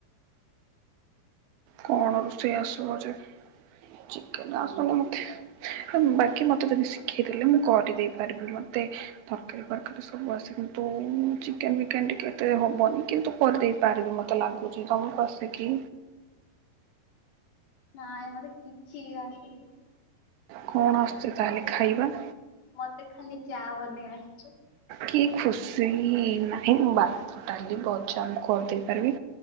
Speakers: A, on the right; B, on the left.
A: କଣ ରୋଷେଇ ଆସିବ ଯେ ଚିକେନ ଆସୁନି ମତେ ବାକି ମତେ ଯଦି ଶିଖେଇଦେଲେ ମୁଁ କରିଦେଇ ପାରିବି ମତେ ତରକାରୀ ଫରକାରୀ ସବୁ ଆସେ କିନ୍ତୁ ଚିକେନ ଫିକେନ ଟିକେ ଏତେ ହବନି କିନ୍ତୁ କରିଦେଇ ପାରିବି ମତେ ଲାଗୁଚି। ତମକୁ ଆସେ କି?
B: ନାଇଁ ମତେ କିଛି ବି ଆସନି।
A: କଣ ଆସୁଚି ତାହେଲେ ଖାଇବା?
B: ମତେ ଖାଲି ଚା ବନେଇ ଆସଚି।
A: କି ଖୁସି ନାହିଁ ମୁଁ ଭାତ ଡାଲି ଭଜା ମୁଁ କରି ଦେଇପାରିବି।